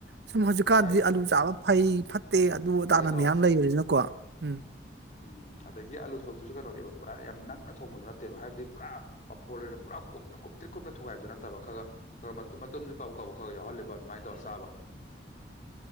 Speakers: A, on the right (about 70°); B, on the left (about 40°).
A: ꯁꯨꯝ ꯍꯧꯖꯤꯛꯀꯥꯟꯗꯤ
B: ꯆꯥꯏꯌꯦ
A: ꯑꯂꯨ ꯆꯥꯕ ꯐꯩ ꯐꯠꯇꯦ ꯑꯗꯨ ꯑꯗꯥꯅ
B: ꯀꯩꯅꯣ ꯇꯧꯋꯦ
A: ꯃꯌꯥꯝ ꯂꯩꯕꯅꯤꯅꯀꯣ ꯎꯝ
B: ꯎꯝ ꯑꯗꯒꯤ ꯑꯂꯨ ꯁꯣꯛꯇꯨꯁꯨ ꯀꯩꯅꯣꯅꯦꯕ ꯄꯨꯔꯥ ꯌꯥꯝ ꯅꯪꯅ ꯊꯣꯡꯕꯗꯨ ꯅꯠꯇꯦꯕ ꯍꯥꯏꯕꯗꯤ ꯄꯨꯔꯥ ꯃꯐꯣꯟꯗ ꯄꯨꯔꯥ ꯀꯨꯞꯅ ꯀꯨꯞꯇꯤꯔꯤ ꯀꯨꯞꯅ ꯊꯨꯒꯥꯏꯕꯗꯨ ꯅꯠꯇꯕ ꯈꯔ ꯃꯇꯨꯝꯁꯨ ꯀꯥꯕꯛ ꯀꯥꯕꯛ ꯌꯥꯎꯍꯜꯂꯤꯀꯣ ꯑꯗꯨꯃꯥꯏꯅ ꯇꯧꯔ ꯆꯥꯕ